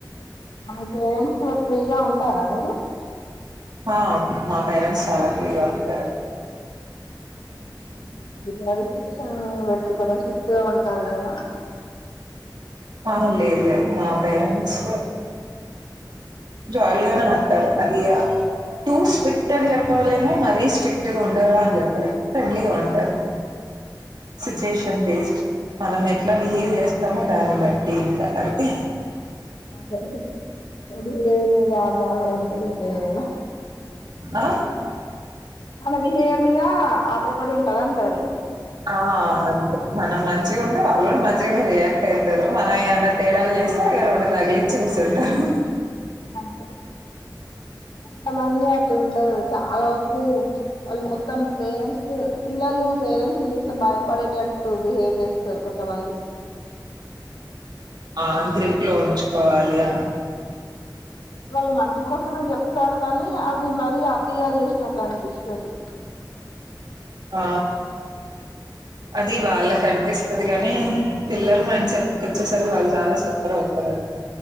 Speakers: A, on the left; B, on the right.
A: మ <unintelligible> పేరెంట్స్ తో ఫ్రీగా ఉంటారా మీరు
B: హ మా పేరెంట్స్ చాలా ఫ్రీగా ఉంటారు.
A: <inaudible> ఇలా రిస్ట్రిక్షన్ బెట్టి కొందరు స్ట్రిక్ట్ గా ఉంటారు. గదా?
B: ఆ లేదులేదు మా పేరెంట్స్ జాలిగానే ఉంటారు. మరి య టూ స్ట్రిక్ట్ అని చెప్పలేము, మరీ స్ట్రిక్ట్ గా ఉండరు అని చెప్పలేము, ఫ్రెండ్లీగా ఉంటారు. సిచ్యుయేషన్ బేస్డ్ మనం ఎట్లా బిహేవ్ చేస్తామో దాన్నిబట్ దీనికా అండి
A: అదే అ ఆ ద్వార బడ ఉంటది ఇంకేడైనా
B: ఆ
A: మన బిహేవయర్ మీద అదర పడి ఉంటది అంటారు
B: ఆ మనం మంచిగా ఉంటే వాళ్ళు కూడా మంచిగానే రియాక్ట్ అయితరు మనం ఏమన్నా తేడాలు జేస్తే అ రెండు తగిలిచ్చి కుసబెడుతరు
A: అంతే అంతమంది అట్లు ఉండదు చాలా వరకు వాళ్ళు మొత్తం పేరెంట్స్ పిల్లలు పేరెంట్స్ చూస్తే బాయ్ పడేటట్టు బిహేవ్ జేస్తరు కొంతమంది
B: ఆ గ్రిప్ లో ఉంచుకోవాలి అ
A: వాళ్ళు మంచి కోసమే జెప్తారు గాని అది మరి అతీగా చేసినట్టు అనిపిస్తది
B: ఆ అది వాళ్ళ కనిపిస్త్ స్తది కాని పిల్లలు మైండ్ సెట్ వచ్చేసరి వాళ్ళు చాలా సఫర్ అవుతారు